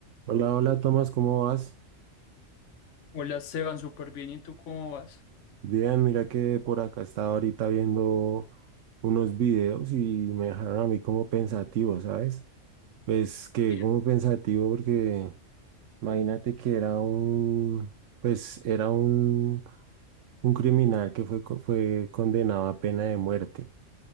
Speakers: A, on the right (about 75°); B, on the left (about 70°).
A: Hola, hola Tomás, ¿cómo vas?
B: Hola, Esteban, súper bien. ¿Y tú cómo vas?
A: Bien, mira que por acá estaba ahorita viendo unos videos y me dejaron a mí como pensativo, ¿sabes? Pues que
B: Bien.
A: como pensativo porque imagínate que era un, pues era un, un criminal que fue, co- fue condenado a pena de muerte.